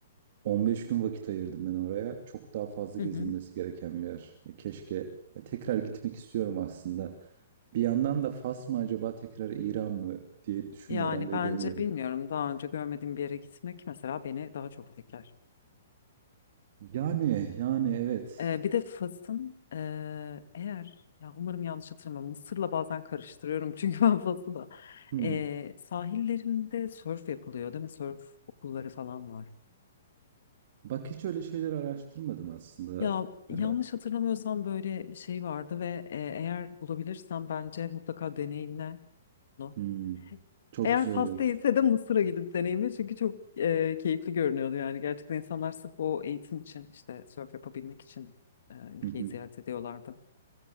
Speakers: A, on the right; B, on the left.
A: 15 gün vakit ayırdım ben oraya. Çok daha fazla
B: Hı
A: gezilmesi
B: hı.
A: gereken bir yer. Ya keşke ya tekrar gitmek istiyorum aslında. Bir yandan da Fas mı acaba tekrar İran mı diye düşünmeden
B: Yani
A: de
B: bence
A: edemiyorum.
B: bilmiyorum daha önce görmediğim bir yere gitmek mesela beni daha çok etkiler.
A: Yani yani evet.
B: Ee, bir de Fas'ın ee, eğer ya umarım yanlış hatırlamam, Mısır'la bazen karıştırıyorum çünkü <laughs> ben Fas'ı da
A: Hmm.
B: Ee, sahillerinde sörf yapılıyor değil mi? Sörf okulları falan var.
A: Bak hiç öyle şeyler araştırmadım aslında.
B: Ya yanlış
A: Ee,
B: hatırlamıyorsam böyle bir şey vardı ve e, eğer bulabilirsem bence mutlaka deneyimle. bunu.
A: hmm. Çok
B: Eğer
A: güzel
B: Fas
A: olur.
B: değilse de Mısır'a gidip deneyimle çünkü çok e, keyifli görünüyordu yani gerçekten insanlar sırf o eğitim için işte sörf yapabilmek için e, ülkeyi
A: <laughs>
B: ziyaret ediyorlardı.